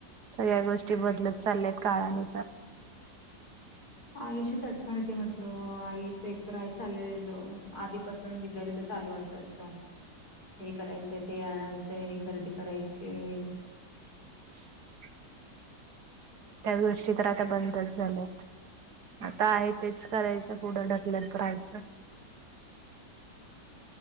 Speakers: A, on the right; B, on the left.
A: सगळ्या गोष्टी बदलत चालल्या त, काळानुसार
B: आईचीच आठवण येते म्हंटल, आईच एक तर आई चाले, <unintelligible> आधीपासून बीचारीचं चालू असल. च, हे करायचंय, ते आणायचंय, हे खरेदी करायचीये.
A: <inaudible> त्या गोष्टी तर, आता बंदच झाल्यात. आता आहे तेच करायचं, पुुढं ढकलत रहायचं.
B: <inaudible>